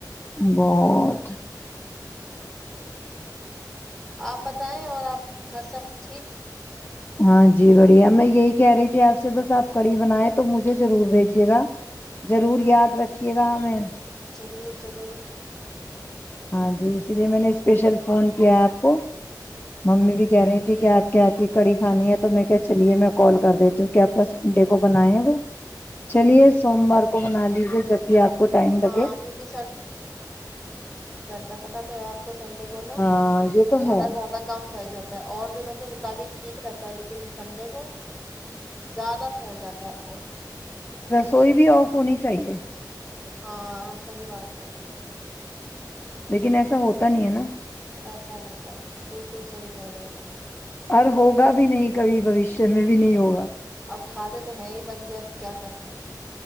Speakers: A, on the left (about 30°); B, in the centre.
A: بہت
B: آپ بتائیں اور آپ گھر سب ٹھیک
A: ہاں جی بڑھیا میں یہی کہہ رہی تھی آپ سے بس آپ کڑی بنیں تو مجھے ضرور بھیجیے گا ضرور یاد رکھیے گا ہمیں
B: ضرور ضرور
A: ہاں جی اسی لیے میں نے اسپیشل فون کیا ہے آپ کو ممی بھی کہہ رہی تھی کہ آپ کے آپ کی کڑی کھانی ہے تو میں کیا چلیے میں کال کر دیتی ہوں کہ آپ ت سنڈے کو بنائےیں وہ چلیے سوموار کو بنا لیجے جب بھی آپ کو ٹائم لگے
B: ہاں کیونکہ پتتا تو ہے آپ سنڈے کو نا
A: ہاں یہ تو
B: ہمارا
A: ہے
B: زیادہ کام پھیل جا ہے اور دنوں کے م مطابق ٹھیک رہتا ہے لیکن سنڈے کو زیادہ پھیل جاتا ہے تک
A: سوئی بھی آف ہونی چاہیے
B: ہاں صحی بات ہے
A: لیکن ایسا ہوتا نہیں ہے نا
B: ایسا ہوتا بالکل صحی کہہ رہے آپ
A: اور
B: بس
A: ہوگا بھی نہیں کبھی بوشیہ چمیں بھی نہیں ہوگا
B: اب کھاتے تو ہیں ہی بندے اب کیا کریں